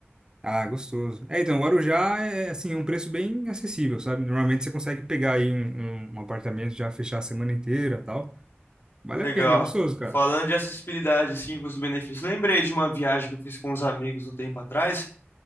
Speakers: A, on the right; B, on the left.
A: Ah, gostoso. É, então, Guarujá é, assim, é um preço bem acessível, sabe? Normalmente você consegue pegar aí um, um, um apartamento, já fechar a semana inteira tal. Vale
B: Legal.
A: a pena, é gostoso, cara.
B: Falando de acessibilidade, assim, com os benefícios. Lembrei de uma viagem que eu fiz com uns amigos um tempo atrás,